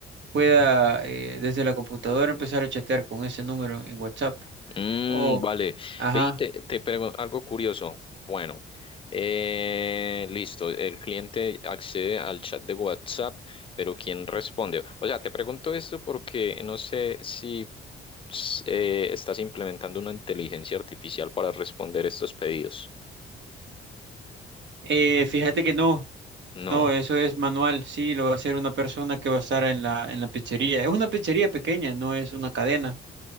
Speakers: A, on the right (about 65°); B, on the left (about 25°).
A: pueda eh, desde la computadora empezar a chatear con ese número en WhatsApp.
B: Mm,
A: O,
B: vale.
A: ajá,
B: Ve y te, te pregunto algo curioso. Bueno, eh, listo. El cliente accede al chat de WhatsApp, pero ¿quién responde? O sea, te pregunto esto porque no sé si s- eh, estás implementando una inteligencia artificial para responder estos pedidos.
A: eh, fíjate que no.
B: No.
A: No, eso es manual, sí, lo va a hacer una persona que va a estar en la, en la pizzería. Es una pizzería pequeña, no es una cadena.